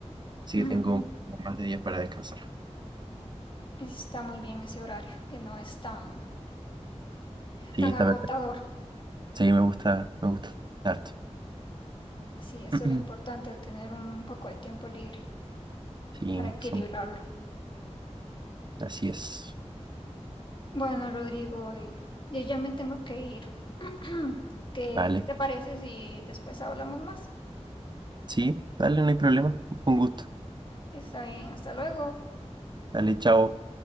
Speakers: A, on the right; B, on the left.
A: Así
B: Ujú.
A: que tengo más de días para descansar.
B: Está muy bien ese horario, que no es tan,
A: Sí,
B: tan
A: está
B: agotador.
A: perfecto. Sí, me gusta, me gusta harto.
B: Sí, eso
A: <clears throat>
B: es lo importante, tener un poco de tiempo libre
A: Sí,
B: para equilibrarlo.
A: son- así es.
B: Bueno, Rodrigo, y- yo ya me tengo que ir. <clears throat> ¿Qué,
A: Vale.
B: qué te parece si después hablamos más?
A: Sí, dale, no hay problema. Un gusto.
B: Está bien, hasta luego.
A: Dale, chao.